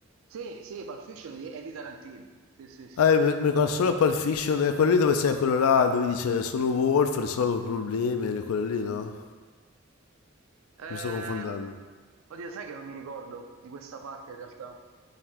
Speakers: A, on the right (about 70°); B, on the left (about 80°).
A: Sì, sì, Pulp Fiction è di è di Tarantino. Sì, sì, sì.
B: Ah, io mi mi ricordo solo Pulp Fiction, è quello lì dove c'è quello là, dove dice sono Wolf, risolvo problemi, quello lì, no?
A: Eh,
B: Mi sto confondendo.
A: oddio, sai che non mi ricordo di questa parte in realtà.